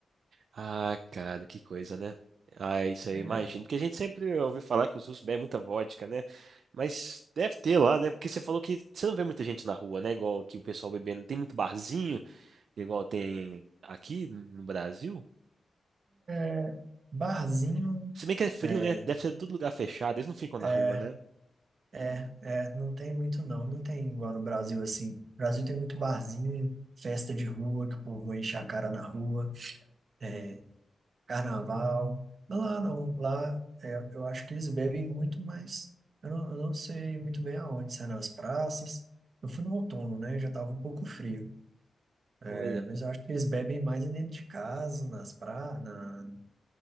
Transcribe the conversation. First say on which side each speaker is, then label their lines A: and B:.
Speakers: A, on the right; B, on the right.
A: Ah, cara, que coisa, né? Ah, isso aí
B: É,
A: eu imagino. Porque a gente sempre ouve falar que os russos bebem muita vodka, né? Mas deve ter lá, né? Porque você falou que você não vê muita gente na rua, né? Igual que o pessoal bebendo. Tem muito barzinho, igual tem aqui no Brasil.
B: é, barzinho,
A: Se bem que é frio,
B: é,
A: né? Deve ser todo lugar fechado. Eles não ficam na
B: é,
A: rua, né?
B: é, é, não tem muito não. Não tem igual no Brasil assim. No Brasil tem muito barzinho, festa de rua, que o povo enche a cara na rua, é, carnaval. Mas Lá não, lá é, eu acho que eles bebem muito mais. Eu não, eu não sei muito bem aonde, se é nas praças. Eu fui no outono, né? Já tava um pouco frio.
A: Olha,
B: É, Mas
A: cara.
B: eu acho que eles bebem mais é dentro de casa, nas pra, na,